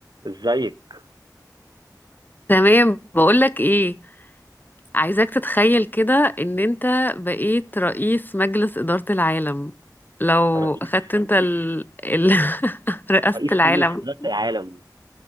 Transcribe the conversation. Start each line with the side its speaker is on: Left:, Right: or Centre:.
Right: ازيك
Left: تمام بقولك ايه عايزاك تتخيل كده ان انت بقيت رئيس مجلس إدارة العالم لو
Right: رئيس
Left: اخدت انت ال... ال... <laughs> رئاسة
Right: رئيس
Left: العالم
Right: مجلس إدارة العالم